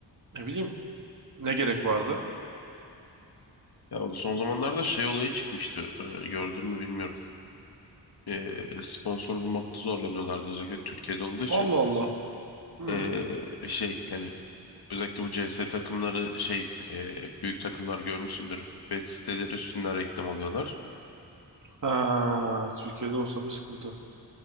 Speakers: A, on the right; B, on the left.
A: Ne bileyim ne gerek vardı.
B: Ya o son zamanlarda şey olayı çıkmıştı. e, gördün mü bilmiyorum. E, sponsor bulmakta zorlanıyorlardı özellikle Türkiye'de olduğu için.
A: Allah Allah. Hı.
B: E, şey yani özellikle bu C S takımları şey e, büyük takımlar görmüşsündür. Bet siteleri üstünden reklam alıyorlar.
A: Ha, Türkiye'de olsa bu sıkıntı.